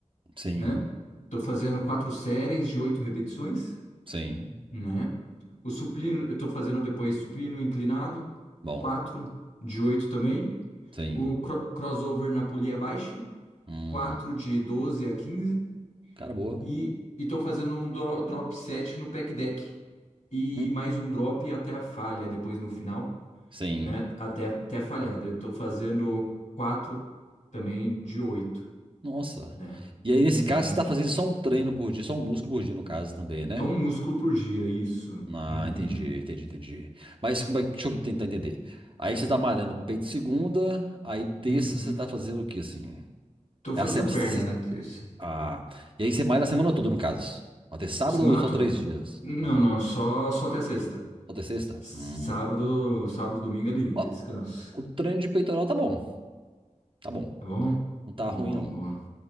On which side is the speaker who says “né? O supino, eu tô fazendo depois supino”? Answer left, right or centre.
Left